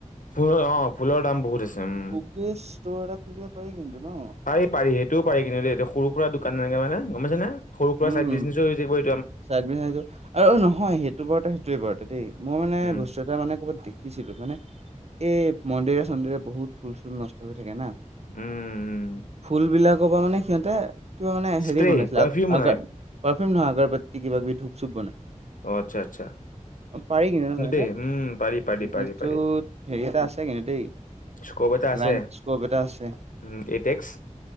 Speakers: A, on the left; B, on the right.
A: ফুলৰ অ', ফুলৰ দাম বহুত আছে, উম।
B: বুকে ষ্ট'ৰ এটা খুলিব পাৰি কিন্তু নহ।
A: পাৰি পাৰি সেইটোও পাৰি কিন্তু দেই, এইটো সৰু সুৰা দোকান এনেকে মানে গ'ম পাইছে নে। সৰু সুৰা
B: উম,
A: চাইদ বিজনেছও হয় থাকিব এই
B: <unintelligible> আৰু নহয় সেইটো বৰতে সেইটোৱে বাৰু, মই মানে
A: উম
B: বস্তু এটা মানে ক'ৰবাত দে দেখিছিলো, মানে এই মন্দিৰে চন্দিৰে বহুত ফুল চুল নষ্ট হৈ থাকে না।
A: উম
B: ফুল বিলাকৰ পৰা মানে সিহঁতে, কিবা মানে হেৰি
A: স্প্ৰে
B: বনাইছিলে
A: পাৰফিউম বনাই
B: পাৰ্ফিউম নহয়, আগৰবৰ্তি কিবা কিবি ধূপ চুপ বনাই।
A: অ', আচ্ছা, আচ্ছা।
B: অ', পাৰি কিন্তু ন' তেনাকা,
A: দেই উম পাৰি পাৰি
B: বিজনেচটো
A: পাৰি পাৰি
B: হেৰি এটা আছে কিন্তু দেই।
A: স্ক'প এটা আছে।
B: লাইন স্কপ এটা আছে
A: উম, এইট এক্স।